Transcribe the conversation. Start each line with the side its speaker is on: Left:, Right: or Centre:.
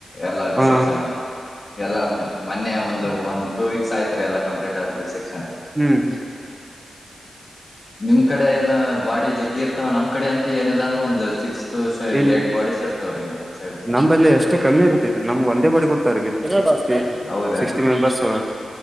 Left: ಎಲ್ಲಡಿಸೆಕ್ಷನ್
Right: ಹಾ
Left: ಎಲ್ಲ ಮೊನ್ನೆ ಒಂದು ಒಂದ್ ಟೂ ವೀಕ್ಸ್ ಆಯ್ತ್ರಿ ಎಲ್ಲ ಕಂಪ್ಲೀಟ್ ಆದ್ರ ಸೆಕ್ಷನದು
Right: ಹ್ಮ್
Left: ನಿಮ್ ಕಡೆ ಏನ ಬಾಡಿ ಜಗ್ಗಿ ಇರ್ತವ ನಮ್ ಕಡೆ ಅಂತ ಏನಿಲ್ಲಲ್ಲ ಅಂದ್ರೆ ಒಂದು ಸಿಕ್ಸ್ ಟು
Right: ಇಲ್
Left: ಏಟ್ ಬಾಡೀಸ್ ಇರ್ತಾವ್ರೀ ನಮ್ ಸೈಡ್
Right: ನಬಲ್ಲಿ ಎಷ್ಟೇ ಕಮ್ಮಿ ಇರ್ತೈತ್ರಿ ನಮ್ಗೆ ಒಂದೇ ಬಡಿ ಕೊಡ್ತಗಿ ಸಿಕ್ಸಟಿ
Left: ಹೌದೇನ್ರಿ
Right: ಸಿಕ್ಸಟಿ ಮೆಂಬರ್ಸ್